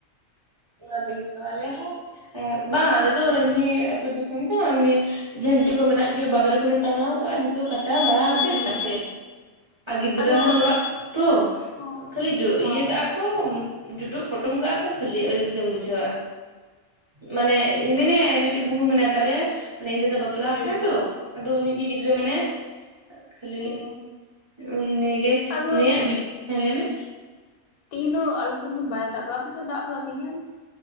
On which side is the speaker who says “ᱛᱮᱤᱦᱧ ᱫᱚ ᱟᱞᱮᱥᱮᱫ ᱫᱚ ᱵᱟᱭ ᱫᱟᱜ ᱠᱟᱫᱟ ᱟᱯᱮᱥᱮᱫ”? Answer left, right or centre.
Left